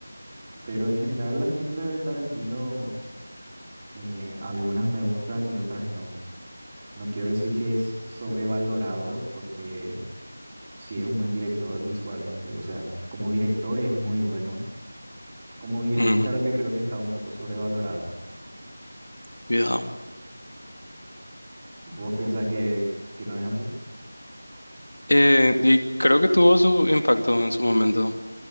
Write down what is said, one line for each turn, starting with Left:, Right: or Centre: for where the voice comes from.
Right: Pero en general las películas de Tarantino, eh, algunas me gustan y otras no. No quiero decir que es sobrevalorado porque sí es un buen director visualmente. O sea, como director es muy bueno. Como guionista
Left: Ujú,
Right: lo que creo que está un poco sobrevalorado.
Left: cuidado.
Right: ¿Vos pensás que, que no es así?
Left: Eh, y creo que tuvo su impacto en su momento.